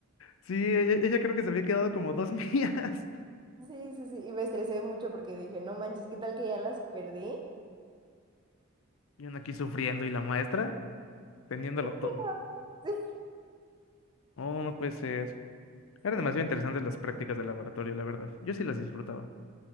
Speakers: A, on the left; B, on the right.
A: sí, ella, ella creo que se había quedado como dos mías. <laughs>
B: Sí, sí, sí, y me estresé mucho porque dije, no manches, ¿qué tal que ya las perdí?
A: Y uno aquí sufriendo y la maestra teniéndolo todo.
B: <laughs> Sí,
A: Oh, no puede ser. Eran
B: sí.
A: demasiado interesantes las prácticas de laboratorio, la verdad. Yo sí las disfrutaba.